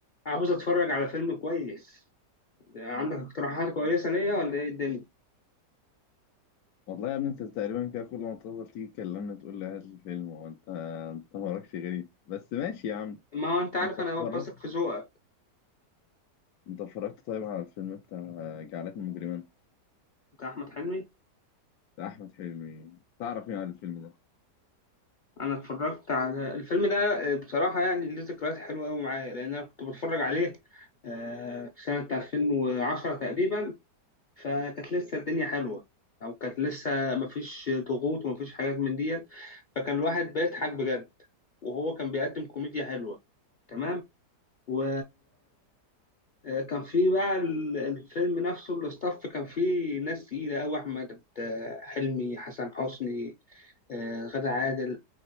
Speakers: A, on the left (about 45°); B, on the left (about 70°).
A: عاوز اتفرج على فيلم كويس عندك اقتراحات كويسة ليا ولا ايه الدنيا
B: والله يا ابني انت تقريبا كده كل ما تفضل تيجي تكلمني تقول لي هات لي فيلم وانت انت مالكش غريب بس ماشي يا عم
A: ما هو انت عارف
B: انت اتفرج
A: انا بثق في ذوقك
B: انت اتفرجت طيب على الفيلم بتاع جعلتني مجرما
A: بتاع احمد حلمي
B: بتاع احمد حلمي تعرف ايه عن الفيلم ده
A: انا اتفرجت على الفيلم ده بصراحة يعني ليه ذكريات حلوة قوي معايا لان انا كنت بتفرج عليه آه، في سنة 2010 تقريبا فكانت لسه الدنيا حلوة او كانت لسه مفيش ضغوط ومفيش حاجات من ديت فكان الواحد بيضحك بجد وهو كان بيقدم كوميديا حلوة تمام و آه، كان في بقى ال- الفيلم نفسه الاستاف كان فيه ناس تقيلة أوي أحمد آه، حلمي حسن حسني آه، غادة عادل